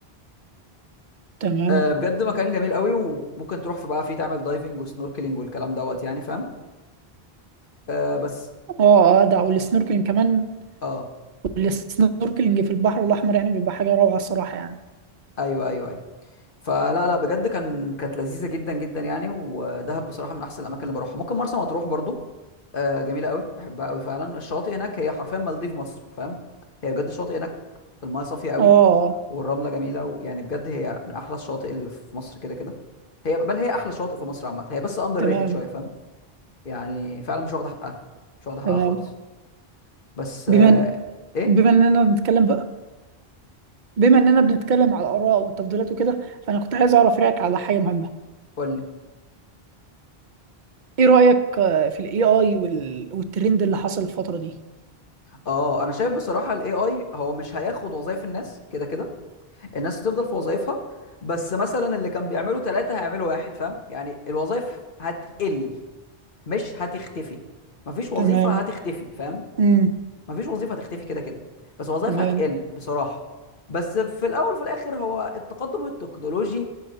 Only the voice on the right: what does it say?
تمام
اه اه ده والسنوركلينج كمان
والسنوركلينج في البحر الأحمر يعني بيبقى حاجة روعة الصراحة يعني
اه آه،
تمام
تمام
بما
إن-
بما اننا بنتكلم بقى بما اننا بنتكلم على الآراء والتفضيلات وكده فأنا كنت عايز أعرف رأيك على حاجة مهمة
ايه رأيك آه، في الاي اي والترند اللي حصل الفترة دي
تمام
امم
تمام